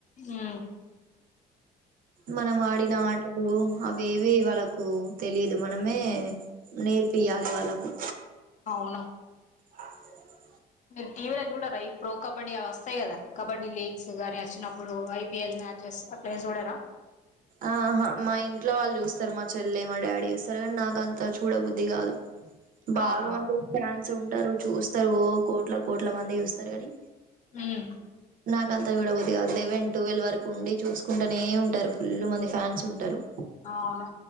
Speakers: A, on the left (about 45°); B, on the right (about 55°).
A: ఆ
B: మనం ఆడిన ఆటలు అవేవి వాళ్ళకు తెలిదు మనమే నేర్పియాలి వాళ్ళకు
A: అవును
B: అ
A: మీరు టీవీలో చూడరా ఈ ప్రో కబడ్డీ అవి వస్తాయి కదా కబడ్డీ లీగ్స్ గాని వచ్చినప్పుడు ఐపీఎల్ మ్యాచెస్ అట్లా ఏం చూడరా
B: ఆహా మా ఇంట్లో వాళ్ళు చూస్తారు మా చెల్లె మా డాడీ చూస్తారు కానీ నాక అంత చూడబుద్ది కాదు బాగా
A: అవునా
B: మళ్లీ ఫ్యాన్ ఉంటరు, చూస్తరు ఓ కోట్ల కోట్ల మంది చూస్తరు కని
A: ఉమ్
B: నాకంత చూడబుద్ది కాదు. లెవెన్, టువెల్ వరకు ఉండి చూసుకుంటనే ఉంటరు. ఫుల్లు మంది ఫ్యాన్స్ ఉంటరు.
A: అవును